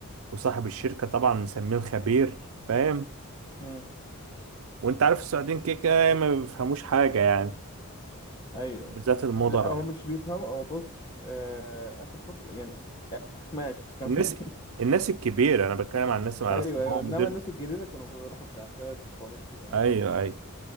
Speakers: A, on the right (about 65°); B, on the left (about 20°).
A: وصاحب الشركة طبعا مسميه الخبير فاهم
B: امم
A: وانت عارف السعوديين كده كده ما بيفهموش حاجة يعني
B: ايوه
A: بالذات
B: أيوة.
A: المدراء
B: لا هو مش بيفهم هو بص آه اخر فتره يعني آه ماشي كم
A: الناس
B: <laughs>
A: الناس الكبيرة انا بتكلم عن الناس على
B: ايوه
A: أساس إن
B: ايوه
A: هو
B: انما
A: مدير
B: الناس الجديده كانوا راحوا بتاع سات وحوارات كده اه
A: ايوه ايوه